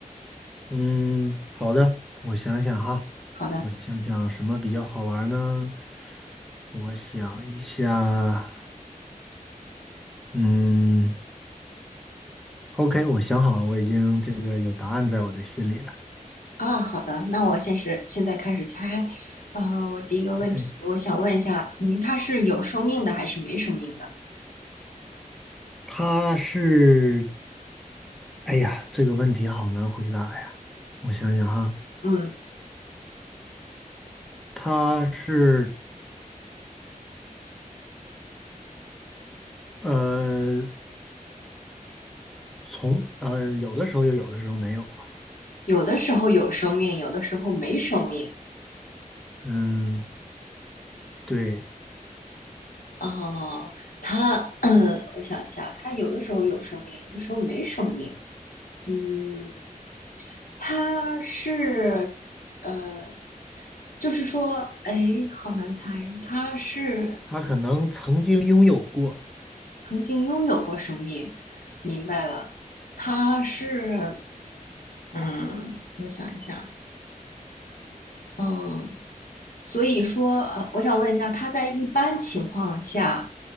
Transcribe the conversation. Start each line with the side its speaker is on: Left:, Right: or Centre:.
Centre: 嗯，好的，我想想哈，
Left: 好的。
Centre: 我想想什么比较好玩儿呢？我想一下，嗯，OK，我想好了，我已经这个有答案在我的心里了。
Left: 啊，好的，那我现实现在开始猜。呃，我第一个问题，
Centre: 对，
Left: 我想问一下，嗯，它是有生命的还是没生命的？
Centre: 他是，哎呀，这个问题好难回答呀。我想想哈，
Left: 嗯，
Centre: 他是呃，从呃，有的时候有，有的时候没有吧。
Left: 有的时候有生命，有的时候没生命。
Centre: 嗯，对。
Left: 哦，它，<clears throat> 嗯，我想一下，它有的时候有生命，有的时候没生命。嗯，它是，呃，就是说，哎，好难猜，它是
Centre: 他可能曾经拥有过，
Left: 曾经拥有过生命，明白了。它是嗯，我想一下，嗯，所以说，呃，我想问一下，他在一般情况下，